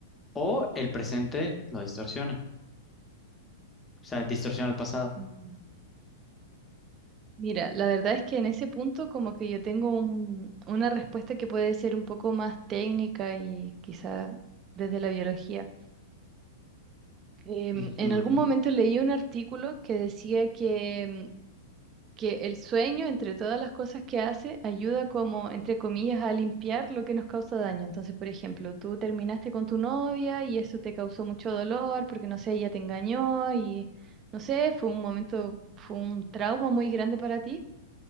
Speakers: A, on the left; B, on the right.
A: o el presente lo distorsiona. O sea, distorsiona el pasado.
B: Mm. Mira, la verdad es que en ese punto como que yo tengo un- una respuesta que puede ser un poco más técnica y quizá desde la biología. Em,
A: Ujú.
B: en algún momento leí un artículo que decía que, em, que el sueño, entre todas las cosas que hace, ayuda como, entre comillas, a limpiar lo que nos causa daño. Entonces, por ejemplo, tú terminaste con tu novia y eso te causó mucho dolor porque, no sé, ella te engañó y, no sé, fue un momento, fue un trauma muy grande para ti.